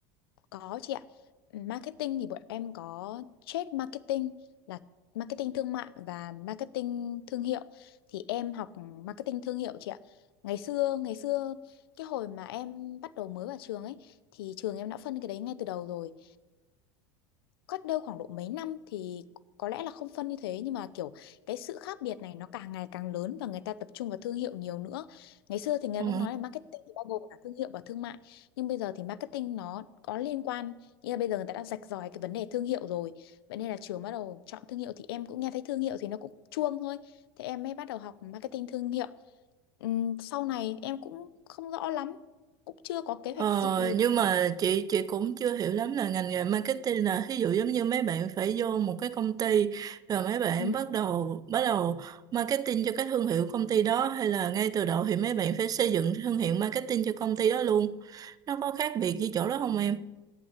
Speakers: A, on the left; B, on the right.
A: Có chị ạ. Marketing thì bọn em có trade marketing là marketing thương mại và marketing thương hiệu. Thì em học marketing thương hiệu chị ạ. Ngày xưa, ngày xưa cái hồi mà em bắt đầu mới vào trường ấy thì trường em đã phân cái đấy ngay từ đầu rồi cách đây khoảng độ mấy năm thì có lẽ là không phân như thế nhưng mà kiểu cái sự khác biệt này nó càng ngày càng lớn và người ta tập trung vào thương hiệu nhiều nữa. Ngày xưa thì người
B: Ồ.
A: ta nói là marketing thì bao gồm cả thương hiệu và thương mại nhưng bây giờ thì marketing nó có liên quan nghĩa là bây giờ người ta đã rạch ròi cái vấn đề thương hiệu rồi. Vậy nên là trường bắt đầu chọn thương hiệu thì em cũng nghe thấy thương hiệu thì nó cũng chuông thôi. Thế em mới bắt đầu học marketing thương hiệu. Ừm, sau này em cũng không rõ lắm, cũng chưa có kế hoạch
B: Ờ,
A: dự
B: nhưng mà chị chị cũng chưa hiểu lắm là ngành nghề marketing là thí dụ giống như mấy bạn phải vô một cái công ty rồi mấy bạn
A: Ừ.
B: bắt đầu bắt đầu marketing cho cái thương hiệu công ty đó hay là ngay từ đầu thì mấy bạn phải xây dựng thương hiệu marketing cho công ty đó luôn. Nó có khác biệt gì chỗ đó không em?